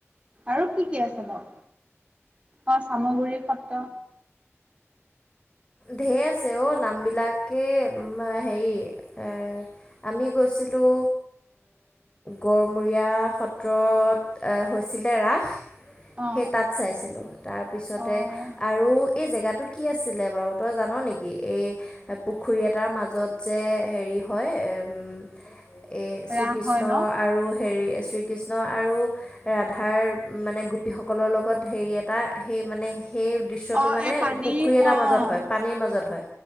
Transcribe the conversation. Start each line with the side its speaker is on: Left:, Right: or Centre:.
Right: আৰু কি কি আছে বাৰু? অ', চামগুৰি সত্ৰ
Left: ঢেৰ আছে অ', নামবিলাকে হেৰি এ আমি গৈছিলোঁ গড়মূৰীয়া সত্ৰত হৈছিলে ৰাস।
Right: অ'
Left: সেই তাত চাইছিলোঁ। তাৰপিছতে
Right: অ'
Left: আৰু এই জেগাটো কি আছিলে বাৰু? তই জান নেকি? এই পুখুৰী এটাৰ মাজত যে হেৰি হয়, উম্ এই শ্ৰীকৃষ্ণ
Right: ৰাস হয় ন?
Left: আৰু হেৰি, শ্ৰীকৃষ্ণ আৰু ৰাধাৰ মানে গোপীসকলৰ লগত হেৰি এটা, সেই মানে সেই দৃশ্যটো
Right: অ'
Left: মানে
Right: এই পানীৰ
Left: পুখুৰী এটাৰ
Right: অ'
Left: মাজত হয়, পানীৰ মাজত হয়